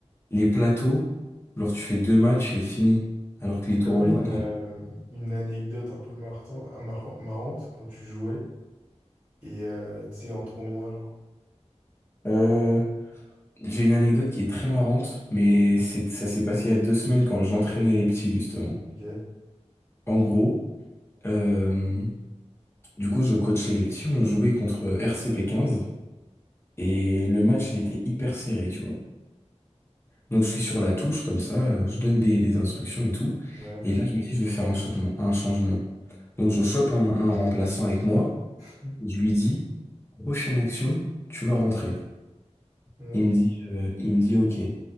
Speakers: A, on the left (about 20°); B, on the right (about 35°).
A: les plateaux, genre, tu fais deux matchs et fini. Alors que les
B: Et
A: tournois,
B: t'as pas une, euh, une anecdote un peu martan- marran- marrante quand tu jouais et euh, tu sais, en tournoi, genre?
A: t'as. J'ai une anecdote qui est très marrante, mais c'est, ça s'est passé il y a deux semaines quand j'entraînais les petits, justement.
B: Ok.
A: En gros, euh, du coup, je coachais les petits, on jouait contre RCP 15, et le match, il était hyper serré, tu vois. Donc, je suis sur la touche, comme ça, euh, je donne des, des instructions et tout,
B: Ouais.
A: et là, je me dis, je vais faire un chopement- un changement. Donc, je chope un, un remplaçant avec moi,
B: <laughs>
A: je lui dis, prochaine action, tu vas rentrer.
B: Hum.
A: Il me dit, euh, il me dit, OK.